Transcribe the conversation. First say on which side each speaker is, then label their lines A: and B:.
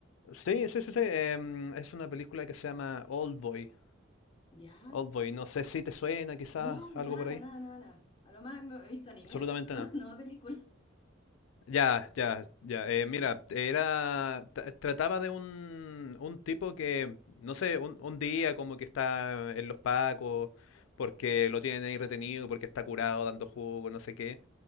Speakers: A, on the left; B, on the left.
A: Sí, sí, sí, sí. em, es una película que se llama Old Boy.
B: Ya.
A: Old Boy, no sé si te suena, quizás
B: No,
A: algo
B: nada,
A: por ahí.
B: nada, nada, nada. A lo más me- he visto anime,
A: Absolutamente
B: pero <laughs>
A: no.
B: no, no película.
A: Ya, ya, ya. Eh, mira, era. tra- Trataba de un, un tipo que, no sé, un, un día como que está en los pacos, porque lo tienen ahí retenido, porque está curado dando jugo, no sé qué.